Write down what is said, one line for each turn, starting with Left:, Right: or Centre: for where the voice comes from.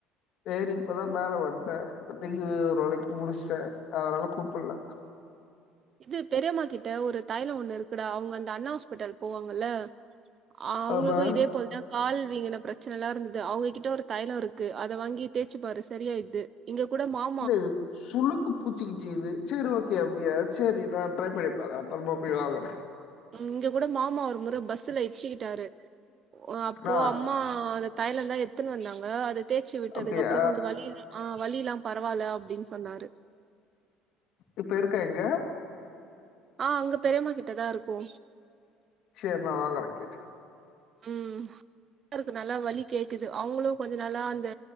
Left: சேரி இப்பதா மேல வந்தே இப்பத்திக்கு ஒரு வேளைக் முடிச்ட்டே அதனால கூப்புல்ல
Right: இது பெரியம்மா கிட்ட ஒரு தாய்ல ஒண்ணு இருக்குடா அவ்ங் அந்த அண்ணா ஹாஸ்பிட்டல் போவாங்கல்ல அவ்ங்ளுக்கு
Left: ஆமா.
Right: இதே போல்தா கால் வீங்கின ப்ரச்சனல்லா இருந்தது அவங்ககிட்ட ஒரு தய்லோ இருக்கு அத வாங்கி தேச்சு பாரு சரியாயிர்து இங்க கூட மாப்
Left: இல்ல இதுப் சுளுக்கு பூச்சிக்கிச்சு இது ச்சரி ஓக் கே அப்டியா ச்சேரி நா ட்ரை பண்ணி பாக்கற அப்பற்மா போய் வாங்குறே
Right: இங்க கூட மாமா ஒரு முற பஸ்ஸுல இச்சிக்கிட்டாரு ஒ அப்போ
Left: ஆ
Right: அம் மா அத தைய்லதா எத்துன் வந்தாங்க அத தே்ச்சு விட்டதுக்கப்றோ
Left: அப்டியா?
Right: கொஞ்சு வழியில்லா ஆ வழி இல்லா பரவால்ல அப்டின் சொன்னாரு
Left: இப்ப இருக்கா இங்க
Right: ஆ அங்க பெரியமா கிட்ட தா இர்க்கோ
Left: ச்செர் நா வாங்கறை கேட்டு
Right: ம் ருக்கு நல்லா வலி கேக்குது அவ்ங்களு கொஞ்ச நாளா அந்த